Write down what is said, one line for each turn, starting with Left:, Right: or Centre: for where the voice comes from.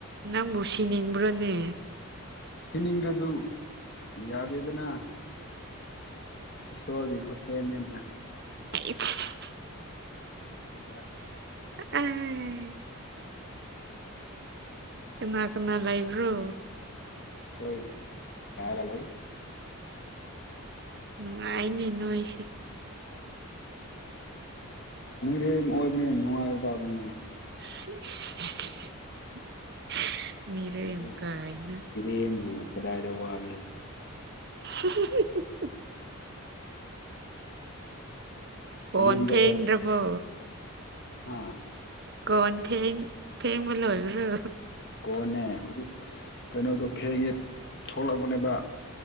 Right: ꯅꯪꯕꯨ ꯁꯤꯅꯤꯡꯕ꯭ꯔꯣꯅꯦ
Left: ꯁꯤꯅꯤꯡꯗꯁꯨ ꯌꯥꯗꯦ ꯑꯗꯨꯅ ꯏꯁꯣꯔꯒꯤꯀꯁꯦꯅꯦꯅ
Right: <unintelligible>
Left: ꯌꯥ ꯌꯥꯦ
Right: ꯎꯝ ꯀꯃ ꯀꯅꯥ ꯂꯩꯥꯏꯕ꯭ꯔꯣ
Left: ꯈꯣꯏ ꯀꯥꯒꯥ ꯂꯩ
Right: ꯅꯨꯡꯉꯥꯏꯅꯦ ꯅꯣꯏ
Left: ꯃꯤꯔꯦꯝ ꯑꯣꯏꯕꯅꯦ ꯅꯨꯡꯉꯥꯏꯇꯕꯅꯤꯅꯦ
Right: <unintelligible>
Left: ꯃꯤꯔꯝ
Right: ꯀꯥꯏꯅ
Left: ꯃꯤꯔꯦꯝꯕꯨ ꯀꯗꯥꯏꯗ ꯋꯥꯒꯦ
Right: <unintelligible> ꯀꯣꯟ
Left: ꯌꯨꯝꯗ
Right: ꯐꯦꯡꯗꯔ꯭
Left: ꯑꯣꯏ
Right: ꯕꯣ
Left: ꯍꯥ
Right: ꯀꯣꯟ ꯐꯦꯡ ꯐꯦꯡꯕ ꯂꯣꯏꯕ꯭ꯔꯣ
Left: ꯀꯣꯟꯅꯦ ꯍꯧꯖꯤꯛ ꯀꯩꯅꯣꯗꯣ ꯐꯦꯡꯉꯦ ꯊꯣꯛꯂꯛꯄꯅꯦꯕ